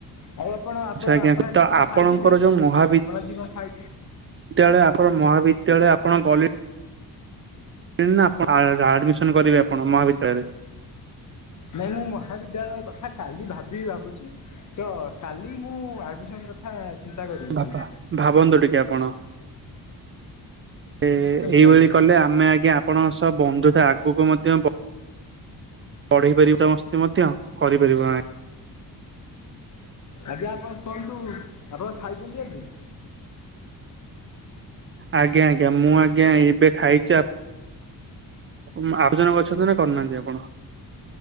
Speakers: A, on the left; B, on the right.
A: ଆଉ ଆପଣ ଆପଣ
B: ଆଛା ଆଜ୍ଞା
A: ଆପଣ ଆଜି
B: ତ
A: କଣ
B: ଆପଣଙ୍କର
A: ଖାଇଥିଲେ?
B: ଯୋଉ ମହାବି
A: ଆପଣ
B: ଦ୍ୟାଳୟ
A: ଆଜି କଣ ଖାଇ
B: ଆପଣ ମହା ବିଦ୍ୟାଳୟ ଆପଣ ଗଲେ ନା ଆପଣ ଆଡମିସନ କରିବେ ଆପଣ ମହାବିଦ୍ୟାଳୟରେ?
A: ନାଇଁ ମୁଁ ମହାବିଦ୍ୟାଳୟ କଥା କାଲି ଭାବି ଭାବୁଛି ତ କାଲି ମୁଁ ଆଡମିସନ କଥା ଚିନ୍ତା କରିବି
B: ବାପା
A: କାଲି।
B: ଭାବନ୍ତୁ ଟିକେ ଆପଣ? ଏ
A: ଆଜ୍ଞା
B: ଏଇଭଳି
A: ଆଜ୍ଞା
B: କଲେ ଆମେ ଆଜ୍ଞା ଆପଣଙ୍କ ସହ ବନ୍ଧୁ ଆଗକୁ ମଧ୍ୟ ବ ବଢେଇ ପାରିବୁ ସମସ୍ତ ମଧ୍ୟ କରିପାରିବ ନାହିଁ।
A: ଆଜ୍ଞା ଆପଣ କୁହନ୍ତୁ ଆପଣ ଖାଇ ଛନ୍ତି ଆଜି?
B: ଆଜ୍ଞା ଆଜ୍ଞା ମୁଁ ଆଜ୍ଞା ଏବେ ଖାଇଛି ଆ ଉଁ ଆଡମିଶନ୍ କରିଛନ୍ତି ନା କରିନାହାନ୍ତି ଆପଣ?